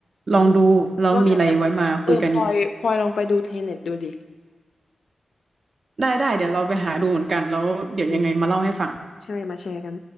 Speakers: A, on the left (about 75°); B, on the right (about 60°).
A: อืม
B: ลองดูแล้วมีอะไรไว้มาคุยกันอีก
A: ว่าแต่แบบเออพลอยพลอยลองไปดูเทเน็ตดูดิ
B: ได้ได้เดี๋ยวเราไปหาดูเหมือนกันแล้วเดี๋ยวยังไงมาเล่าให้ฟัง
A: อืมใช่มาแชร์กัน